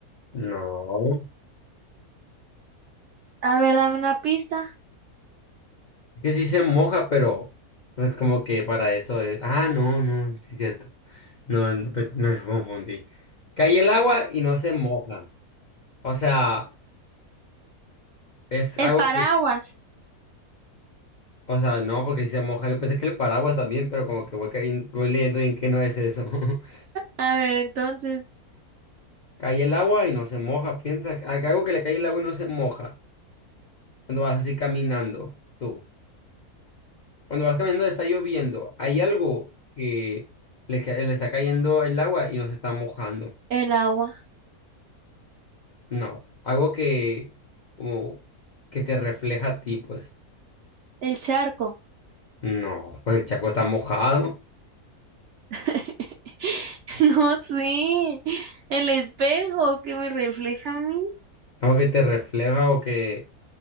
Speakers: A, on the left; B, on the right.
A: No.
B: A ver, dame una pista.
A: Es que sí se moja, pero no es como que para eso es. Ah, no, no, sí es cierto. No, no, pe- no, me confundí. Cae el agua y no se moja. O sea, es
B: El
A: algo
B: paraguas.
A: que. O sea, no, porque si se moja. Yo pensé que el paraguas también, pero como que voy, cayen- voy leyendo y en qué no es eso. <laughs>
B: A ver, entonces,
A: Cae el agua y no se moja. Piensa, que- algo que le cae el agua y no se moja. Cuando vas así caminando, tú. Cuando vas caminando está lloviendo. Hay algo que le, ca- le está cayendo el agua y no se está mojando.
B: el agua,
A: No, algo que como que te refleja a ti, pues.
B: el charco.
A: No, pues el charco está mojado.
B: <laughs> No, sí. El espejo que me refleja a mí.
A: Algo que te refleja o que